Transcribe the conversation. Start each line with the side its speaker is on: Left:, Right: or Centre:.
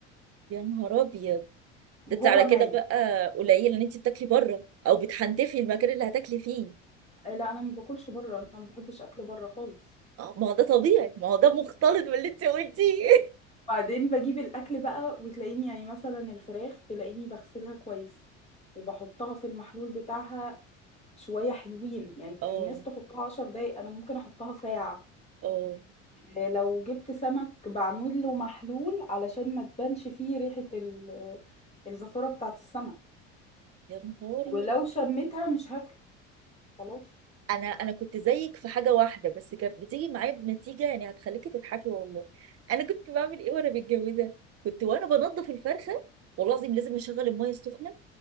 Right: يا نهار ابيض
Left: وهو
Right: ده انت على
Left: ني
Right: كده بقى قليل ان انت بتاكلي بره او بتحنتفي المكان اللي هتاكلي فيه
Left: لا انا ما باكلش بره انا ما بحبش اكل بره خالص
Right: اه ما هو ده طبيعي ما هو ده مختلط باللي انت قلتيه
Left: بعدين بجيب الاكل بقى وتلاقيني يعني مثلا الفراخ تلاقيني بغسلها كويس وبحطها في المحلول بتاعها شوية حلوين
Right: <laughs>
Left: يعني
Right: اه
Left: الناس تحطها عشر دقايق أنا ممكن أحطها ساعة
Right: اه
Left: آه، لو جبت سمك بعمل له محلول علشان ما تبانش فيه ريحة ال- الزفارة بتاعة السمك
Right: يا نهاري
Left: ولو شميتها مش هاكله خلاص
Right: انا انا كنت زيك في حاجه واحده بس كانت بتيجي معايا بنتيجه يعني هتخليكي تضحكي والله انا كنت بعمل ايه وانا متجوزه كنت وانا بنضف الفرخه والله العظيم لازم اشغل الميه السخنه